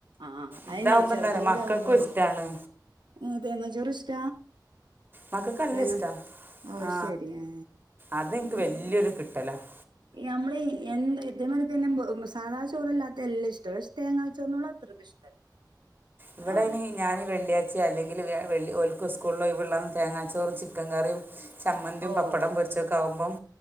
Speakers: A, on the right; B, on the right.
A: ആഹ് അയിനെ
B: ഇതാവുമ്പോൾ
A: ചെറുതും
B: എന്താ പറയുക
A: കൂടി
B: മക്കൾക്കും
A: ആവുമ്പോളേ
B: ഇഷ്ടമാണ്
A: ഏ തേങ്ങാചോറ് ഇഷ്ട
B: മക്കൾക്ക് നല്ല
A: തേങ്ങ
B: ഇഷ്ടമാണ്
A: അത്ശരി
B: ആ
A: ആ
B: അതെനിക്ക്
A: ഇവിടെ-
B: വലിയൊരു കിട്ടലാണ്
A: നമ്മളീ എന്ത്‌- ഇതേമാരി തന്നെ സാതാ ചോറല്ലാത്ത എല്ലാ ഇഷ്ടാ പക്ഷേ തേങ്ങാ ചോറിനോട് അത്രക്ക് ഇഷ്ടല്ല
B: ഇവിടെ
A: ആ
B: ഇനി ഞാന് വെള്ളിയാഴച്ച അല്ലെങ്കില് വ്യാ വെള്ളി ഓൽക്ക് സ്കൂളിന് ഒഴിവുള്ള അന്ന് തേങ്ങാച്ചോറും ചിക്കൻ കറിയും- ചമ്മന്തിയും
A: ഓ
B: പപ്പടം പൊരിച്ചൊക്കെ ആകുമ്പം